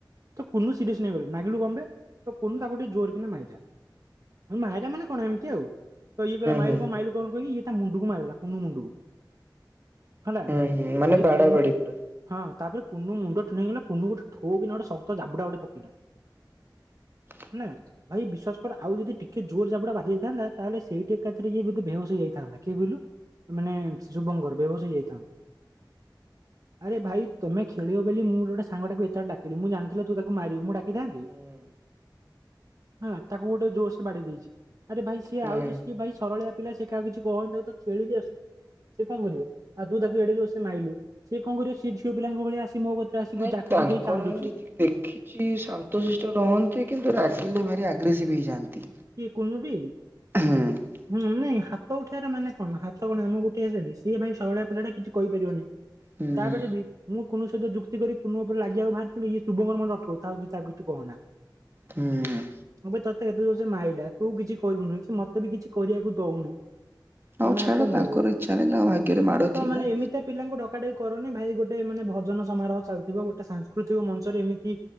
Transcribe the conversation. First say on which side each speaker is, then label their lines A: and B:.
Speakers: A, on the right (about 45°); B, on the right (about 30°).
A: ତ କୁନୁ ସିରିୟସ ନେଇ ଗଲେ ନାଗିଲୁ କଣ ବେ ତ କୁନୁ ତାକୁ ଟିକେ ଜୋର କିନା ମାଇଲା। ମହିଲା ମାନେ କଣ ଏମିତି ଆଉ। ତ ଇଏ କହିଲା ମାଇଲୁ
B: ହୁଁ ହୁଁ
A: କଣ ମାଇଲୁ କଣ କହିକି ଇଏ ତା ମୁଣ୍ଡକୁ ମାରିଦେଲା କୁନୁ ମୁଣ୍ଡକୁ। ହେଲା।
B: ହୁଁ ହୁଁ ମାନେ
A: ଭାଇ
B: ବାଡା
A: କୁନୁ
B: ବାଡି ପୁରା।
A: ହଁ ତାପରେ କୁନୁ ମୁଣ୍ଡ ଟିଣ ହେଇଗଲା କୁନୁ ଗୋଟେ ଠୋ କିନି ଗୋଟେ ଶକ୍ତ ଜାବୁଟା ଗୋଟେ ପକେଇଲା।
B: <inaudible>
A: ହେନା। ଭାଇ ବିଶ୍ୱାସ କର ଆଉ ଯଦି ଟିକେ ଜୋର ଜାବୁଡା ବାଜି ଯାଇଥାନ୍ତା ତାହେଲେ ସେଇଠି ଏକାଥରେ ଇଏ ବୋଧେ ବେହୋସ ହେଇଯାଇଥାନ୍ତା କିଏ କହିଲୁ? ମାନେ ଶୁଭଙ୍କର ବେହୋସ ହେଇ ଯାଇଥାନ୍ତା। ଆରେ ଭାଇ ତମେ ଖେଳିବ ବୋଲି ମୁଁ ଗୋଟେ ସାଙ୍ଗଟାକୁ ଏତେ ବାଟ ଡ଼ାକିଲି ମୁଁ ଜା ହେଲେ ତୁ ତାକୁ ମାରିବୁ ମୁଁ ଡାକିଥାନ୍ତି?
B: ହୁଁ।
A: ହଁ ତାକୁ ଗୋଟେ ଜୋରସେ ବାଡେଇ ଦେଇଛି। ଆରେ ଭାଇ ସିଏ
B: ହୁଁ
A: ଆଉଛି ସିଏ ଭାଇ ସରଳିଆ ପିଲା ସେ କାହା କିଛି କହୁନି ତାକୁ ତ ଖେଳିକି ଆସ। ସେ କଣ କରିବ? ଆଉ ତୁ ତାକୁ ଏଡେ ଜୋର ସେ ମାଇଲୁ ସେ କଣ କରିବ? ସିଏ ଝିଅ ପିଲାଙ୍କ ଭଳି ଆସି ମୋ କ ଆସିକି
B: ନାଇଁ
A: ଜାକିଜୁକି
B: ତାଙ୍କର
A: ହେଇକି କାନ୍ଦୁଛି।
B: ମୁଁ ଯେତିକି ଦେଖିଛି ଶାନ୍ତଶିଷ୍ଟ ରହନ୍ତି କିନ୍ତୁ ରାଗିଲେ ଭାରି ଆଗ୍ରେସିଭ୍ ହେଇଯାଆନ୍ତି।
A: କିଏ କୁନୁଟି?
B: ହୁଁ।
A: ହୁଁ ନାଇଁ ହାତ ଉଠେଇବାର ମାନେ କଣ ହାତ କଣ ଆମକୁ ଉଠେଇ ଆସେନି। ସିଏ ଭାଇ ସରଳିଆ ପିଲାଟା କିଛି କହିପାରିବନି
B: ହୁଁ
A: ତାପରେ ବି ମୁଁ କୁନୁ ସହିତ ଯୁକ୍ତି କରି କୁନୁ ଉପରେ ଲାଗିବାକୁ ବାହାରାରୁଥିଲି ଇଏ ଶୁଭଙ୍କର ମତେ ଅଟକଉଛି ଥାଉ କିଛି ଆଉ କିଛି କହନା।
B: ହୁଁ।
A: ଆବେ ତତେ ଏତେ ଜୋର ମତେ ମାଇଲା ତୁ କିଛି କହିନୁ କି ମତେ ବି କିଛି କରିବାକୁ ଦଉନୁ।
B: ହଉ
A: ମାନେ
B: ଛାଡ
A: ଆଉ କଣ
B: ତାଙ୍କର
A: କହିବି।
B: ଇଚ୍ଛା ନାହିଁ ତାଙ୍କ ଭାଗ୍ୟରେ ମାଡ
A: ତ
B: ଥିଲା।
A: ମାନେ ଏମିତିଆ ପିଲାଙ୍କୁ ଡକା ଡକି କରନି ଭାଇ ଗୋଟେ ମାନେ ଭଜନ ସମାରୋହ ଚାଲିଥିବ ଗୋଟେ ସାଂସ୍କୃତିକ ମଞ୍ଚରେ ଏମିତି